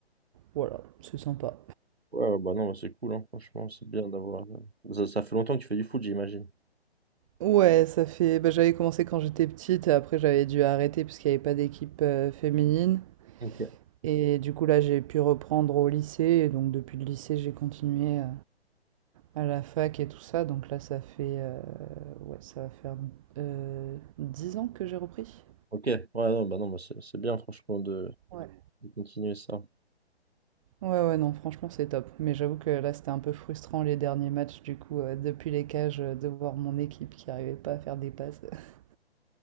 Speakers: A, on the right (about 30°); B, on the right (about 70°).
A: Voilà, c'est sympa.
B: Ouais, ouais, bah non, bah c'est cool, hein, Franchement, c'est bien d'avoir... euh, Ça, ça fait longtemps que tu fais du foot, j'imagine.
A: Ouais, ça fait. bah, j'avais commencé quand j'étais petite, et après j'avais dû arrêter parce qu'il n'y avait pas d'équipe euh, féminine.
B: Ok.
A: Et du coup, là, j'ai pu reprendre au lycée. Et donc, depuis le lycée, j'ai continué euh, à la fac et tout ça. Donc là, ça fait... euh, ouais, ça va faire euh, 10 ans que j'ai repris.
B: Ok, ouais, non, bah non, bah c'est c'est bien, franchement, de,
A: Ouais.
B: de continuer ça.
A: Ouais, ouais, non, franchement, c'est top. Mais j'avoue que là, c'était un peu frustrant les derniers matchs. Du coup, euh, depuis les cages, euh, de voir mon équipe qui arrivait pas à faire des passes. <laughs>